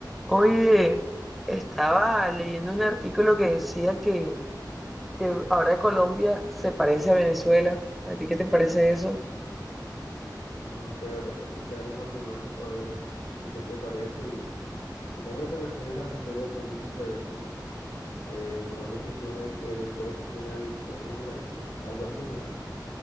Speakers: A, in the centre; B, on the left.
A: Oye, estaba leyendo un artículo que decía que, que ahora Colombia se parece a Venezuela. ¿A ti qué te parece eso?
B: No sé, habría que escuchar los argumentos para ver en qué se parece y supongo que te refieres a la historia política de que eh, Colombia sufrió una, di- eh, Venezuela sufrió una dictadura y algo así, ¿no?